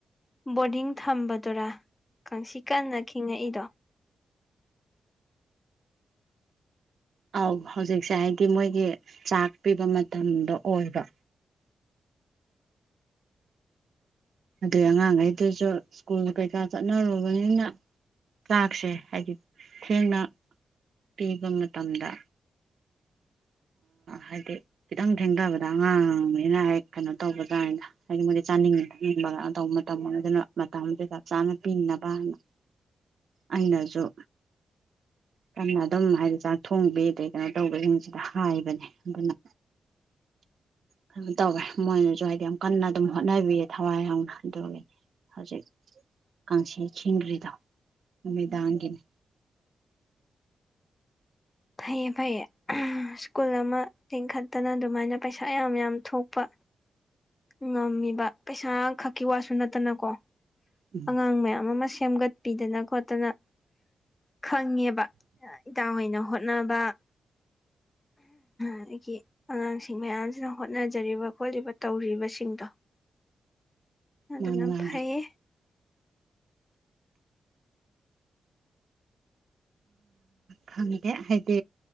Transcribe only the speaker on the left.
ꯕꯣꯔꯗꯤꯡ ꯊꯝꯕꯗꯨꯔꯥ ꯀꯪꯁꯤ ꯀꯟꯅ ꯈꯤꯡꯉꯛꯏꯗꯣ
ꯐꯩꯌꯦ ꯐꯩꯌꯦ ꯁ꯭ꯀꯨꯜ ꯑꯃ ꯆꯤꯡꯈꯠꯇꯅ ꯑꯗꯨꯃꯥꯏꯅ ꯄꯩꯁꯥ ꯌꯥꯝ ꯌꯥꯝ ꯊꯣꯛꯄ ꯉꯝꯃꯤꯕ ꯄꯩꯁꯥ ꯈꯛꯀꯤ ꯋꯥꯁꯨ ꯅꯠꯇꯅꯀꯣ
ꯑꯉꯥꯡ ꯃꯌꯥꯝ ꯑꯃꯥ ꯁꯦꯝꯒꯠꯄꯤꯗꯅ ꯈꯣꯠꯇꯅ ꯈꯪꯉꯦꯕ ꯏꯇꯥꯡ ꯍꯣꯏꯅ ꯍꯣꯠꯅꯕ ꯑꯗꯒꯤ ꯑꯉꯥꯡꯁꯤꯡ ꯃꯌꯥꯝꯁꯤꯅ ꯍꯣꯠꯅꯖꯔꯤꯕ ꯈꯣꯠꯂꯤ ꯇꯧꯔꯤꯕ ꯋꯥꯁꯤꯡꯇꯣꯟ ꯑꯗꯨꯅ
ꯐꯩꯌꯦ